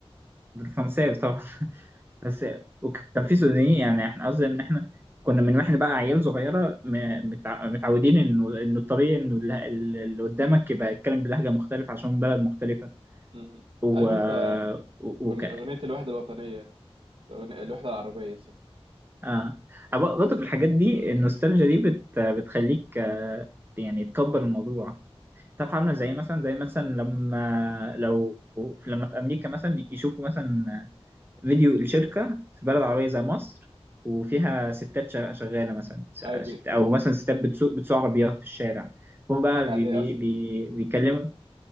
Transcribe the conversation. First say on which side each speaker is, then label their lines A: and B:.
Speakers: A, on the right; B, on the right.
A: فرنساوي طبعا <laughs> بس وكان في سودانيين يعني احنا قصدي ان احنا كنا من واحنا بقى عيال صغيره م- متع- متعودين انه انه الطبيعي انه الل- اللي قدامك يبقى يتكلم بلهجه مختلفه عشان بلد مختلفه
B: أمم.
A: و,
B: عارف انت
A: و...
B: أغني-
A: وك...
B: اغنيه الوحده الوطنيه الأغنية- الوحده العربيه سوري.
A: اه أب- برضك الحاجات دي النوستالجيا دي بت... بتخليك آه، يعني تكبر الموضوع تعرف عامله زي مثلا زي مثلا لما لو لما في امريكا مثلا يشوفوا مثلا فيديو الشركة في بلد عربية زي مصر وفيها ستات شغ- شغالة مثلا ش-
B: ايوه
A: شت- أو مثلا ستات بتسوق بتسوق عربيات في الشارع فهو بقى
B: حاجة عادية
A: بي بي
B: أصلا
A: بي بيكلموا